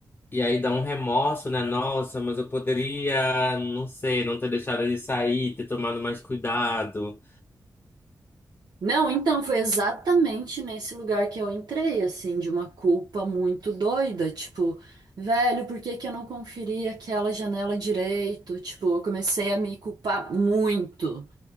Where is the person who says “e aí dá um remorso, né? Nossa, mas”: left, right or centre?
Left